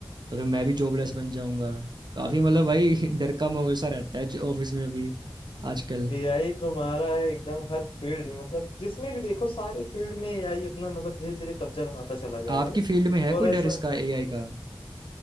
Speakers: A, on the right; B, on the left.
A: तो फिर मैं भी जॉबलेस बन जाऊंगा काफी मतलब भाई <laughs> डर का माहौल सा रहता है जो ऑफिस में अभी आजकल
B: ए आई तो मारा है एकदम हर फील्ड में मतलब जिसमें भी देखो सारे फील्ड में ए आई अपना मतलब धीरे धीरे कब्जा बनाता चला जा
A: आपकी
B: रहा है
A: फील्ड में है
B: और
A: कोई
B: ऐसा
A: डर इसका एआई का